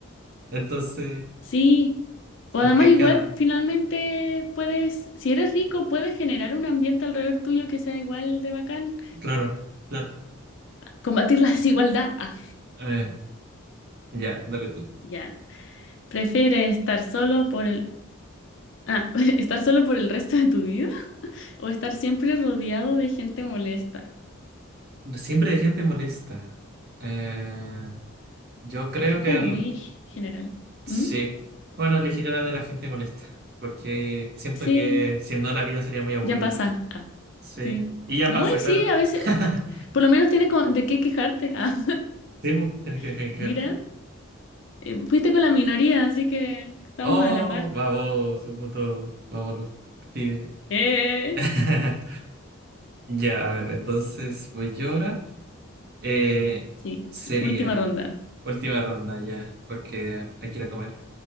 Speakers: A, on the right (about 45°); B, on the left (about 60°).
A: Entonces,
B: Sí. O
A: como
B: además
A: que
B: igual
A: queda,
B: finalmente puedes, si eres rico, puedes generar un ambiente alrededor tuyo que sea igual de bacán.
A: claro, claro.
B: Combatir la desigualdad. Ah,
A: Eh, ya, dale tú.
B: ya. ¿Prefieres estar solo por el... Ah, <laughs> estar solo por el resto de tu vida o estar siempre rodeado de gente molesta?
A: Siempre hay gente molesta. Eh, yo creo
B: Es que es
A: que
B: como
A: el-
B: muy general.
A: sí.
B: ¿Mm?
A: Bueno, elegiría la de la gente molesta, porque siento
B: Sí,
A: que si no la vida sería muy aburrida.
B: ya pasa. Ah,
A: Sí.
B: sí.
A: Y ya
B: No,
A: pasa,
B: y
A: claro.
B: sí, a veces,
A: <laughs>
B: por lo menos tienes con- de qué quejarte. Ah,
A: Sí, pues, tienes que
B: <laughs>
A: dejar de quejarte.
B: mira, eh, fuiste con la minoría, así que estamos
A: Oh,
B: a la par.
A: vamos, un punto. Vamos, los pibes.
B: Eh.
A: <laughs> Ya, a ver, entonces voy yo ahora. Eh,
B: Sí,
A: sería
B: última ronda.
A: última ronda ya, porque hay que ir a comer.